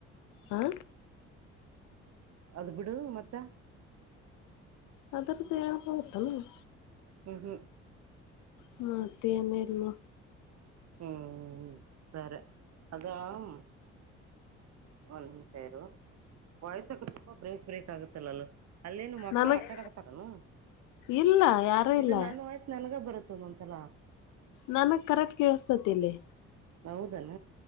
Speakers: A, on the left (about 60°); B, on the right (about 45°).
A: ಹ
B: ಅದು ಬಿಡು ಮತ್ತ
A: ಆದರದದ್ದೆ ಹೇಳ್ಬೋಡಿತ್ತಲ್ಲ
B: ಹ ಹ
A: ಹ್ಮ್ ಮತ್ತೇನಿಲ್ವ
B: ಹ್ಮ್ ಸರೇ ಅದಮ್ ಒಂದು ನಿಮಿಷ ಇರು ವಯಸ್ಸಕ್ ತುಂಬಾ ಬ್ರೇಕ್ ಬ್ರೇಕ್ ಆಗುತ್ತಲ್ಲಲ್ಲ ಅಲ್ಲೇನು ಮಕ್ಕಳು
A: ನನಗ್
B: ಆಟಾಡಕ್ತಾರನು
A: ಇಲ್ಲ ಯಾರು
B: ಇದು
A: ಇಲ್ಲ
B: ನನ್ನ ವಯ್ಸು ನನಗ ಬರುತ್ತದ ಒಂದಸಲ
A: ನನಗ್ ಕರೆಕ್ಟ್ ಕೇಳಸ್ತತಿಲ್ಲಿ
B: ಹೌದಾನ